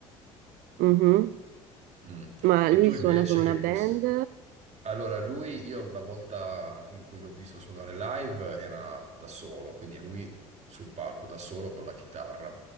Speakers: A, on the right (about 60°); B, on the right (about 45°).
A: Mhm.
B: Mm.
A: Ma
B: E
A: lui
B: tu invece
A: suona con una
B: che
A: band?
B: gusti? Allora, lui, io la volta in cui l'ho visto suonare live era da solo, quindi lui sul palco da solo con la chitarra,